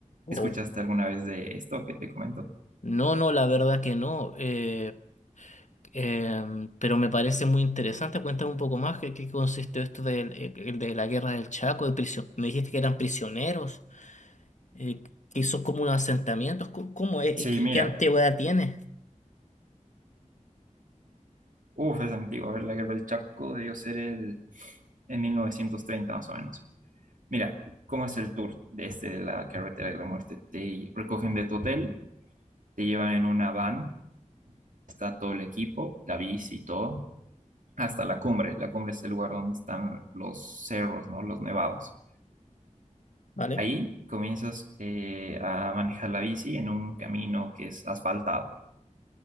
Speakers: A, on the left (about 65°); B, on the right (about 75°).
A: Wow.
B: ¿Escuchaste alguna vez de esto que te comento?
A: No, no, la verdad que no. eh, em, pero me parece muy interesante. Cuéntame un poco más qué, qué consiste esto del, eh, el- de la guerra del Chaco, de prisión. Me dijiste que eran prisioneros, eh, que son como unos asentamientos. ¿Cómo, cómo es?
B: Sí,
A: ¿Y ¿Qué,
B: mira,
A: qué antigüedad tiene?
B: uff, es antiguo. A ver, la guerra del Chaco debió ser el, en 1930 más o menos. Mira, ¿cómo es el tour de este de la carretera de la muerte? Te recogen de tu hotel, te llevan en una van, está todo el equipo, la bici y todo hasta la cumbre. La cumbre es el lugar donde están los cerros, ¿no? Los nevados.
A: ¿Vale?
B: Ahí comienzas eh, a manejar la bici en un camino que es asfaltado.